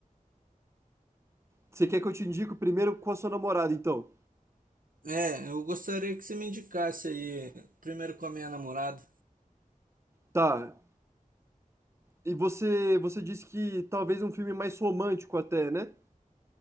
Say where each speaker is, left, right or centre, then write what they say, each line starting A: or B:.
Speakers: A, on the right (about 20°); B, on the right (about 70°).
A: Você quer que eu te indique o primeiro com a sua namorada, então?
B: É, eu gostaria que você me indicasse aí, primeiro com a minha namorada.
A: Tá. E você, você disse que talvez um filme mais romântico até, né?